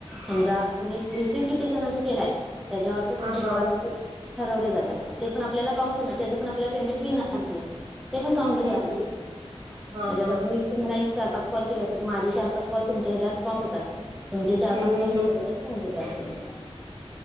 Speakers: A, in the centre; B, on the right.
A: समजा तुम्ही रिसीव्ह किती जणांच केलाय? त्याच्यावर पणं तुमची
B: हा हा
A: कॉल असेल. ठरवले जातात. ते पण आपल्याला काउंट होणार, त्याचं पण आपला पेमेंट मिळणार की ते पण काउंट
B: हम्म
A: होतय
B: हम्म
A: आपल्याकड,
B: हम्म हा
A: म्हणजे
B: हा
A: आता तुम्ही कसं म्ह चार पाच कॉल केले असतात. माझे चार पाच कॉल तुमच्या हेच्यात काउंट होतात. तुमचे चार
B: हम्म
A: पाच
B: हम्म
A: कॉल
B: हम्म
A: माझ्या हेच्यात हो देतात ते,